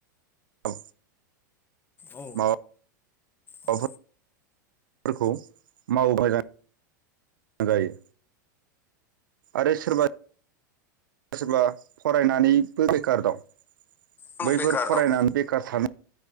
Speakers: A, on the right (about 85°); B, on the left (about 20°).
A: औ।
B: औ
A: माव
B: उम
A: आबादफो रखौ मावोबा जायो। आरो सोरबा सोरबा फरायनानैबो बेखार दं
B: उम
A: बैफोर
B: बेखार
A: फरायनानै
B: दं
A: बेखार था